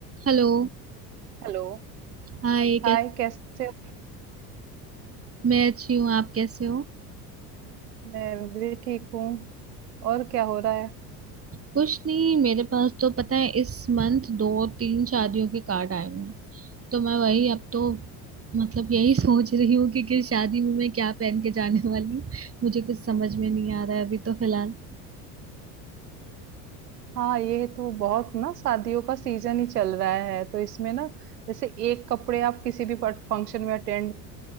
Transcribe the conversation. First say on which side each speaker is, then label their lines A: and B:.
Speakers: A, on the right; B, on the right.
A: हेलो
B: Hello
A: हाय
B: Hi
A: कै
B: कैसे हो
A: मैं अच्छी हूँ आप कैसे हो
B: मैं भी ठीक हूँ और क्या हो रहा है
A: कुछ नहीं मेरे पास तो पता है इस मंथ दो तीन शादियों के कार्ड आए हुए हैं तो मैं वही अब तो मतलब यही सोच रही हूँ कि किस शादी में मैं क्या पहन के जाने वाली हूँ मुझे कुछ समझ में नहीं आ रहा है अभी तो फिलहाल
B: हाँ ये तो बहुत ना शादियों का सीजन ही चल रहा है तो इसमें ना जैसे एक कपड़े आप किसी भी फंक्शन में अटेंड